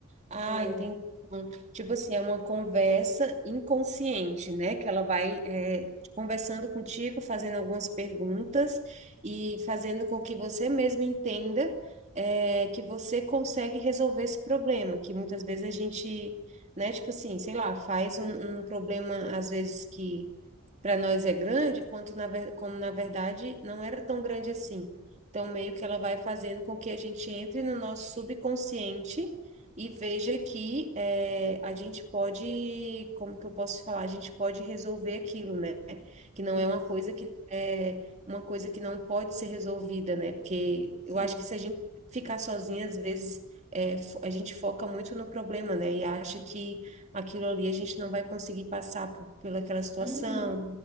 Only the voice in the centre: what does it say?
É,
isso,
sim.
Uhum,